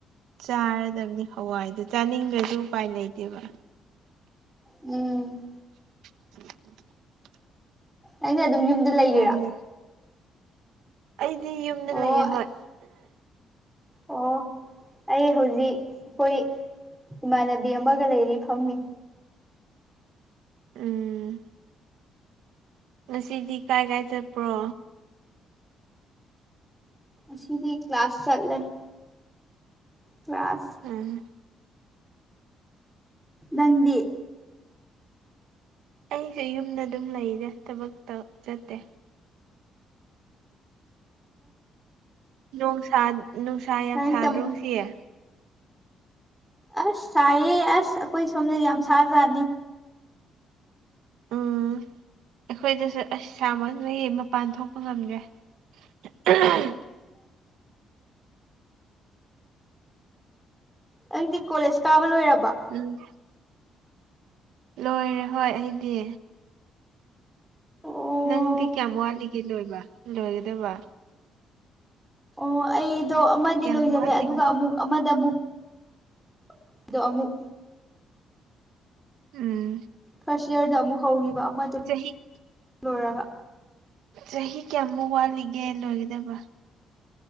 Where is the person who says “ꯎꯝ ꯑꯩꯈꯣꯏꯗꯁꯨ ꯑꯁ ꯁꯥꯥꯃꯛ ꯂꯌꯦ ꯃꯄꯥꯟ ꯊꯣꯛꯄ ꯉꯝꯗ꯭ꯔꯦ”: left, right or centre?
Right